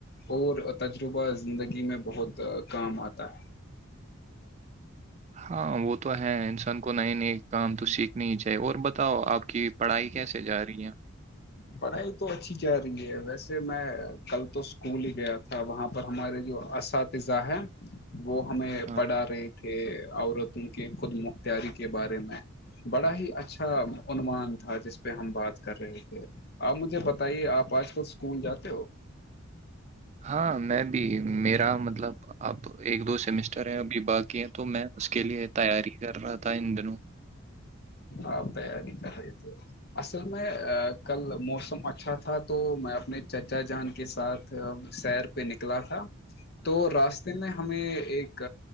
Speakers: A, on the left; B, on the right.
A: اور تجربہ زندگی میں بہت کام آتا ہے <inaudible>
B: ہاں وہ تو ہے انسان کو نئے نئے کام تو سیکھنے ہی چاہیے اور بتاؤ آپ کہ پڑھائی کیسے جا رہی ہیں
A: پڑھائی تو اچھی جا رہی ہے ویسے میں کل تو اسکول ہی گیا تھا وہاں پر ہمارے جو اساتذہ ہے وہ ہمیں
B: ہاں
A: پڑا رہی تھے عورتوں کی خود مختاری کے بارے میں بڑا ہی اچھا عنوان تھا جس پہ ہم بات کر رہے تھے آپ مجھے بتائیے آپ آج کل اسکول جاتے ہو
B: ہاں میں بھی میرا مطلب اب ایک دو سیمسٹر ہے ابھی باقی ہے تو میں اس کے لیے تیاری کر رہا تھا ان دنوں
A: آاںپ تیاری کر رہے تھے اصل میں کل موسم ا اچھا تھا تو میں اپنے چچا جان کے ساتھ سیر پہ نکلا تھا تو راستے میں ہمیں ایک